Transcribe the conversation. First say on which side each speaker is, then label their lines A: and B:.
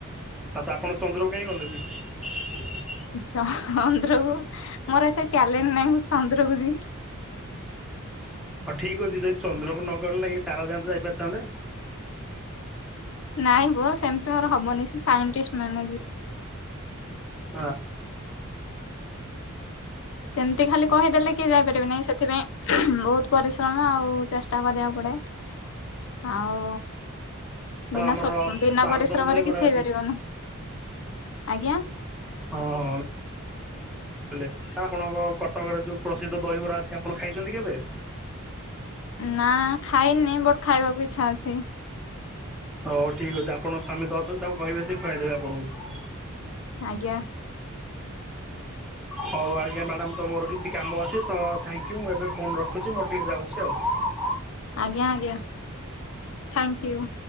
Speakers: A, in the centre; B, on the left (about 60°).
A: ଆଉ ତ ଆପଣ ଚନ୍ଦ୍ରକୁ କାହିଁ ଗଲେନି?
B: ହଁ ହଁ ଚନ୍ଦ୍ରକୁ ମୋର ଏତେ ଟ୍ୟାଲେଣ୍ଟ ନାହିଁ ଚନ୍ଦ୍ରକୁ ଯିବି। <inaudible>
A: ହଁ ଠିକ ଅଛି ଯଦି ଚନ୍ଦ୍ରକୁ ନଗଲ ନାହିଁ ଇଏ ତାରା ଯଣ୍ଟ ଯାଇପାରିଥାନ୍ତେ।
B: ନାଇଁ ହୋ ସେମିତି ମୋର ହବନି ସେ ସାଇଣ୍ଟିଷ୍ଟ ମାନେ ଯିବ
A: ଆ
B: ସେମତି ଖାଲି କହିଦେଲେ କିଏ ଯାଇପାରିବେ ନାହିଁ ସେଥିପାଇଁ ବହୁତ ପରିଶ୍ରମ ଆଉ ଚେଷ୍ଟା କରିବାକୁ ପଡିବ। ଆଉ
A: ହଁ
B: ବିନା
A: ଆମର
B: ସ୍ବପ୍ନ ବିନା
A: ଆଳୁଦମ
B: ପରିଶ୍ରମରେ
A: ଦହିବରା
B: କିଛି
A: ଅଛି
B: ହେଇପାରିବନି। ଆଜ୍ଞା।
A: ହଁ ହଁ। ହେଲେ ଆଉ ଆପଣଙ୍କ କଟକରେ ଯୋଉ ପ୍ରସିଦ୍ଧ ଦହିବରା ଅଛି, ଆପଣ ଖାଇଛନ୍ତି କେବେ?
B: ନା ଖାଇନି ବଟ୍ ଖାଇବାକୁ ଇଚ୍ଛା ଅଛି।
A: ହଉ ଠିକ ଅଛି ଆପଣଙ୍କ ସ୍ୱାମୀ ତ ଅଛନ୍ତି, ତାଙ୍କୁ କହିବେ ସେ ଖୁଆଇଦେବେ ଆପଣଙ୍କୁ।
B: ଆଜ୍ଞା
A: ହଉ ଆଜ୍ଞା ମ୍ୟାଡ଼ାମ ତ ମୋର କିଛି କାମ ଅଛି, ତ ଥ୍ୟାଙ୍କ ୟୁ ମୁଁ ଏବେ ଫୋନ ରଖୁଛି ମୋର ଟିକେ ଯାଉଛି ଆଉ।
B: ଆଜ୍ଞା ଆଜ୍ଞା ଥ୍ୟାଙ୍କ ୟୁ।